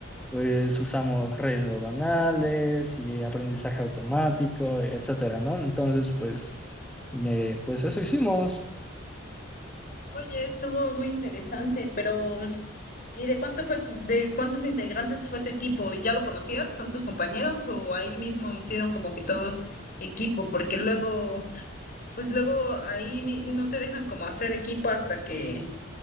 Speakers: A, in the centre; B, on the left.
A: pues usamos redes neuronales y aprendizaje automático, etcétera, ¿no? Entonces, pues, eh, pues eso hicimos.
B: Oye, estuvo muy interesante, pero ¿y de cuánto fue, de cuántos integrantes fue tu equipo? ¿Ya lo conocías? ¿Son tus compañeros o ahí mismo hicieron como que todos equipo? Porque luego, pues luego ahí mi- no te dejan como hacer equipo hasta que